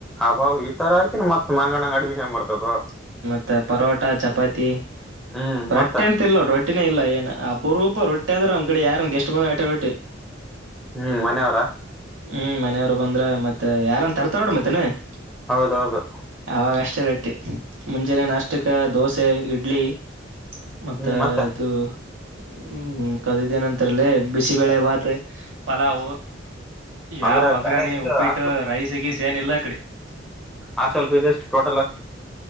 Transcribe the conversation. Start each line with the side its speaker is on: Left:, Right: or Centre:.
Centre: ಅಬ್ಬಾವ ಈ ಹಾಕಿದರ ಮತ್ತ ಮನಗಂಡ ಅಡ್ಮಿಷನ್ ಬರ್ತದೂ <unintelligible>
Right: ತ್ತೆ ಪರೋಟ, ಚಪಾತಿ,
Centre: ಹ್ಮ್
Right: ರೊಟ್ಟೆ
Centre: ಮತ್ತ
Right: <unintelligible> ಇಟ್ಟಿಲ್ಲ ರೋಟ್ಟಿನೇ ಇಲ್ಲ ಏನ್ ಅಪರೂಪ ರೊಟ್ಟಿ ಅಂದ್ರೆ ನಮ್ಮ ಕಡೆ ಯಾರನ್ ಗೆಸ್ಟ್ ಬಂದರ ಆಟೆ ರೊಟ್ಟಿ. <unintelligible>
Centre: ಹೂ ಮನೆ ಅವರಾ? <unintelligible>
Right: ಹೂ ಮನೆಯವರು ಬಂದರೆ ಮತ್ತ ಯಾರನ್ ತರ್ತಾರ ನೋಡ ಮತ್ತೇನ. <unintelligible>
Centre: ಹೌದ ಹೌದು. <unintelligible>
Right: ಅವಾಗ ಅಷ್ಟೇ ರೊಟ್ಟಿ ಮುಂಜಾನೆ ನಾಷ್ಟಕ ದೋಸೆ, ಇಡ್ಲಿ. <unintelligible> ಮತ್ತ
Centre: ಹ್ಮ್ ಮತ್ತೆ
Right: ಇದು ಹೂ ಕದಿದ್ದೇನಂತರಲ್ಲ ಬಿಸಿಬಳೆ ಬಾತ್. <unintelligible> ಪಲಾವು, ಯಾವ
Centre: ಅಂದ್ರೆ
Right: ಒಗ್ಗರಣೆ,
Centre: ಕಾಲೇಜ್ ಇದು
Right: ಉಪ್ಪಿಟ್ಟು,
Centre: ಹಾಸ್ಟೆಲ್
Right: ರೈಸ, ಗೀಸ ಏನ ಇಲ್ಲ ಅಕಡಿ. <unintelligible>
Centre: ಹಾಸ್ಟೆಲ್ ಫೀಸ್ ಎಷ್ಟ ಟೋಟಲ್. <unintelligible>